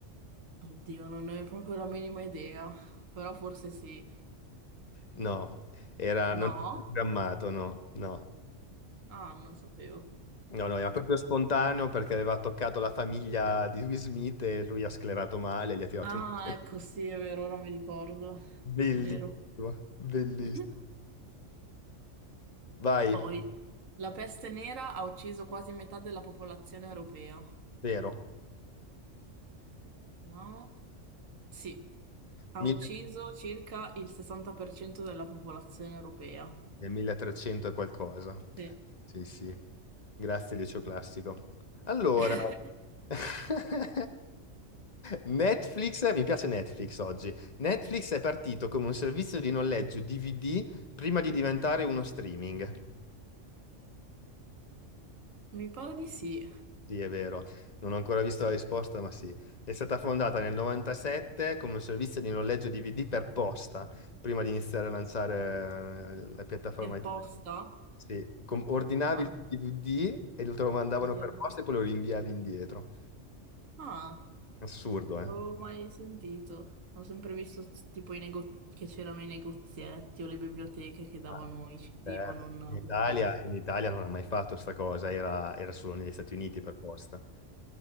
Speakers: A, on the right; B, on the left.
A: Oddio, non ne ho proprio la minima idea. Però forse sì.
B: No, era, non
A: No?
B: era programmato, no, no.
A: Ah, non sapevo.
B: No, no, era proprio spontaneo perché aveva toccato la famiglia di Will Smith e lui ha sclerato male, gli ha tirato
A: Ah,
B: un... <laughs>
A: ecco, sì, è vero, ora mi ricordo.
B: Bellissimo,
A: Vero.
B: bellissimo.
A: <laughs>
B: Vai,
A: Poi, la peste nera ha ucciso quasi metà della popolazione europea.
B: vero.
A: Vediamo. Sì, ha
B: Mille-
A: ucciso circa il 60% della popolazione europea.
B: è 1300 e qualcosa.
A: Sì,
B: Sì, sì.
A: sì.
B: Grazie, Liceo Classico. Allora,
A: <laughs>
B: <laughs> Netflix, mi piace Netflix oggi. Netflix è partito come un servizio di noleggio DVD prima di diventare uno streaming.
A: Mi pare di sì.
B: Sì, è vero, non ho ancora visto la risposta, ma sì. È stata fondata nel 97 come un servizio di noleggio DVD per posta, prima di iniziare a lanciare eh, la piattaforma.
A: Per
B: di-
A: posta?
B: Sì, com- ordinavi
A: Ah,
B: il DVD e lo te lo mandavano
A: mi chiedi.
B: per posta e poi lo rinviavi indietro.
A: Ah,
B: Assurdo,
A: non
B: eh?
A: avevo mai sentito. Ho sempre visto s- tipo i nego- che c'erano i negozietti o le biblioteche che davano
B: Ah,
A: i CD,
B: certo.
A: ma non
B: In Italia,
A: per posta.
B: in Italia non ha mai fatto sta cosa, era, era solo negli Stati Uniti per posta.